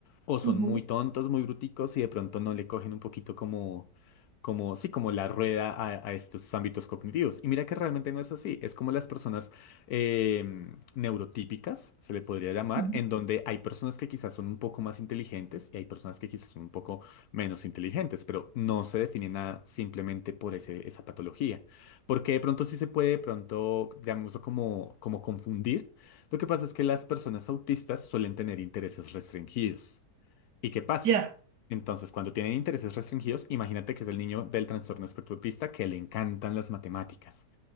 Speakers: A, on the left; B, on the right.
A: o son
B: Ujú,
A: muy tontos, muy bruticos y de pronto no le cogen un poquito como como, sí, como la rueda a, a estos ámbitos cognitivos. Y mira que realmente no es así. Es como las personas em, neurotípicas, se le podría llamar,
B: ujú.
A: en donde hay personas que quizás son un poco más inteligentes y hay personas que quizás son un poco menos inteligentes, pero no se define nada simplemente por ese, esa patología. Porque de pronto sí se puede, de pronto, llamémoslo como, como confundir. Lo que pasa es que las personas autistas suelen tener intereses restringidos. ¿Y qué pasa?
B: Ya.
A: Entonces, cuando tienen intereses restringidos, imagínate que es el niño del trastorno espectro autista que le encantan las matemáticas.